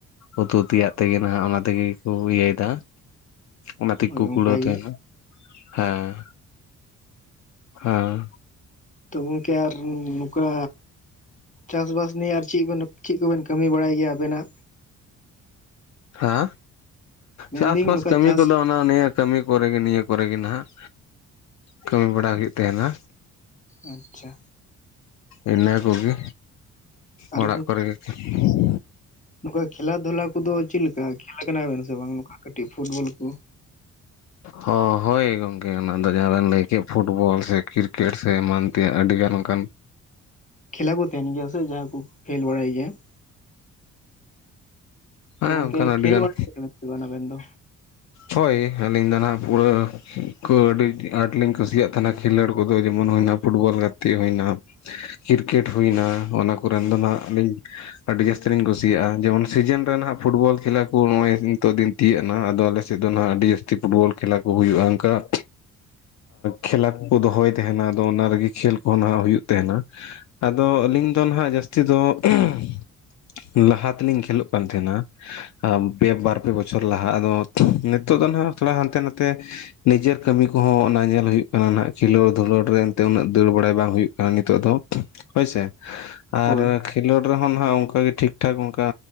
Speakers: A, on the left; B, on the left.
A: ᱩᱛᱩ ᱛᱮᱭᱟᱜ ᱛᱮᱜᱮ ᱱᱟᱦᱟᱜ ᱚᱱᱟ ᱛᱮᱜᱮ ᱠᱚ ᱤᱭᱟᱹᱭᱮᱫᱟ, ᱚᱱᱟ ᱛᱮᱜᱮ
B: ᱦᱳᱭ
A: ᱠᱚ
B: ᱚᱱᱠᱟᱜᱮ
A: ᱠᱩᱲᱟᱹᱣ ᱛᱟᱦᱮᱸᱱᱟ, ᱦᱮᱸᱻ ᱦᱮᱸ᱾
B: ᱛᱚ ᱜᱚᱝᱠᱮ ᱟᱨ ᱻᱱᱚᱠᱟ ᱪᱟᱥᱵᱟᱥ ᱱᱤᱭᱮ ᱟᱨ ᱪᱮᱫ ᱵᱤᱱ ᱪᱮᱫ ᱠᱚᱵᱮᱱ ᱠᱟᱹᱢᱤ ᱵᱟᱲᱟᱭ ᱜᱮᱭᱟ ᱟᱵᱮᱱᱟᱜ?
A: ᱦᱟᱸ,
B: ᱢᱮᱱᱫᱟᱹᱧ
A: ᱪᱟᱥᱵᱟᱥ
B: ᱱᱚᱝᱠᱟ
A: ᱠᱟᱹᱢᱤ
B: ᱪᱟᱥ
A: ᱠᱚᱫᱚ ᱚᱱᱟ ᱱᱤᱭᱟᱹ ᱠᱟᱹᱢᱤ ᱠᱚᱨᱮ ᱜᱮ ᱱᱤᱭᱟᱹ ᱠᱚᱨᱮ ᱜᱮ ᱱᱟᱦᱟᱜ ᱠᱟᱹᱢᱤ ᱵᱟᱲᱟ ᱦᱩᱭᱩᱜ ᱛᱟᱦᱮᱸᱱᱟ,
B: ᱟᱪᱻᱪᱷᱟ,
A: ᱤᱱᱟᱹ ᱠᱚᱜᱮ
B: ᱟᱨ
A: ᱚᱲᱟᱜ ᱠᱚᱨᱮ ᱜᱮ <unintelligible>
B: ᱱᱚᱠᱟ ᱠᱷᱮᱞᱟ ᱫᱷᱚᱞᱟ ᱠᱚᱫᱚ ᱪᱮᱫ ᱞᱮᱠᱟ ᱠᱷᱮᱞ ᱟᱠᱟᱱᱟ ᱵᱮᱱ ᱥᱮ ᱵᱟᱝ ᱱᱚᱠᱟ ᱠᱟᱹᱴᱤᱡ ᱯᱷᱩᱴᱵᱚᱞ ᱠᱩ?
A: ᱦᱚᱸ! ᱦᱳᱭ ᱜᱮ ᱜᱚᱢᱠᱮ ᱚᱱᱟᱫᱚ ᱡᱟᱦᱟᱸ ᱵᱮᱱ ᱞᱟᱹᱭ ᱠᱮᱫ ᱯᱷᱩᱴᱵᱚᱞ ᱥᱮ ᱠᱤᱨᱤᱠᱮᱴ ᱥᱮ ᱮᱢᱟᱱ ᱜᱮ ᱟᱹᱰᱤᱜᱟᱱ ᱚᱱᱠᱟᱱ
B: ᱠᱷᱮᱞᱟ ᱠᱚ ᱛᱟᱦᱮᱱ ᱜᱮᱭᱟ ᱥᱮ ᱡᱟᱦᱟᱸᱭ ᱠᱩ ᱠᱷᱮᱞ ᱵᱟᱲᱟᱭ ᱜᱮᱭᱟ ᱾ ᱛᱚ
A: ᱦᱮᱸ
B: ᱜᱚᱝᱠᱮ
A: ᱚᱱᱠᱟᱱ ᱟᱹᱰᱤᱜᱟᱱ
B: ᱠᱷᱮᱞ ᱵᱟᱲ <unintelligible> ᱟᱵᱮᱱ ᱫᱚ?
A: ᱦᱳᱭ ᱟᱹᱞᱤᱧ ᱫᱚ ᱦᱟᱸᱜ ᱯᱩᱨᱟᱹ ᱠᱚ ᱟᱹᱰᱤ ᱟᱸᱴᱞᱤᱧ ᱠᱩᱥᱤᱭᱟᱜ ᱛᱟᱦᱮᱱᱟ ᱠᱷᱮᱞᱳᱰ ᱠᱚᱫᱚ ᱡᱮᱢᱚᱱ ᱦᱩᱭᱱᱟ ᱯᱷᱩᱴᱵᱚᱞ ᱜᱟᱛᱮᱜ ᱦᱩᱭᱱᱟ ᱠᱨᱤᱠᱮᱴ ᱦᱩᱭᱱᱟ ᱚᱱᱟ ᱠᱚᱨᱮᱱ ᱫᱚ ᱱᱟᱜ ᱟᱹᱰᱤ ᱡᱟᱹᱥᱛᱤ ᱞᱤᱧ ᱠᱩᱥᱤᱭᱟᱜᱼᱟ ᱡᱮᱢᱚᱱ ᱥᱤᱡᱮᱱ ᱨᱮᱦ ᱯᱷᱩᱴᱵᱚᱞ ᱠᱷᱮᱞᱟ ᱠᱚ ᱱᱚᱜᱼᱚᱭ ᱱᱤᱛᱚᱜ ᱫᱤᱱ ᱛᱤᱭᱟᱹᱜᱱᱟ ᱟᱞᱮᱥᱮᱫ ᱫᱚ ᱱᱟᱦᱟᱜ ᱟᱹᱰᱤ ᱡᱟᱹᱥᱛᱤ ᱯᱷᱩᱴᱵᱚᱞ ᱠᱷᱮᱞᱟ ᱠᱚ ᱦᱩᱭᱩᱜᱼᱟ ᱚᱱᱠᱟ ᱠᱷᱮᱞᱟ ᱠᱚᱠᱚ ᱫᱚᱦᱚᱭ ᱛᱟᱦᱮᱱᱟ ᱟᱫᱚ ᱚᱱᱟ ᱨᱮᱜᱮ ᱠᱷᱮᱞ ᱠᱚᱦᱚᱸ ᱱᱟᱜ ᱦᱩᱭᱩᱜ ᱛᱟᱦᱮᱱᱟ ᱟᱫᱚ ᱟᱹᱞᱤᱧ ᱫᱚ ᱱᱟᱦᱟᱜ ᱡᱟᱹᱥᱛᱤ ᱫᱚ, <inaudible> ᱞᱟᱦᱟ ᱛᱮᱞᱤᱧ ᱠᱷᱮᱞᱳᱜ ᱠᱟᱱ ᱛᱟᱦᱮᱸᱱᱟ, ᱟᱻᱯᱮ ᱵᱟᱨ ᱯᱮ ᱵᱚᱪᱷᱚᱨ ᱞᱟᱦᱟ ᱟᱫᱚ ᱱᱤᱛᱚᱜ ᱫᱚ ᱱᱟᱸᱜ ᱛᱷᱚᱲᱟ ᱦᱟᱱᱛᱮ ᱱᱟᱛᱮ ᱱᱤᱡᱟᱨ ᱠᱟᱹᱢᱤ ᱠᱚᱦᱚᱸ ᱚᱱᱟ ᱧᱮᱞ ᱦᱩᱭᱩᱜ ᱠᱟᱱᱟ ᱱᱟᱜ ᱠᱷᱤᱞᱟᱹᱣ ᱫᱷᱩᱞᱚᱲ ᱨᱮ ᱮᱱᱛᱮ ᱩᱱᱟᱹᱜ ᱫᱟᱹᱲ ᱵᱟᱲᱟᱭ ᱵᱟᱝ ᱦᱩᱭᱩᱜ ᱠᱟᱱᱟ ᱱᱤᱛᱚᱜ ᱫᱚ᱾ ᱦᱳᱭ ᱥᱮ ᱟᱨ
B: ᱦᱳᱭ
A: ᱠᱷᱮᱞᱳᱰ ᱨᱮᱦᱚᱸ ᱱᱟᱸᱜ ᱚᱸᱠᱟ ᱜᱮ ᱴᱷᱤᱠ ᱴᱷᱟᱠ ᱚᱱᱠᱟ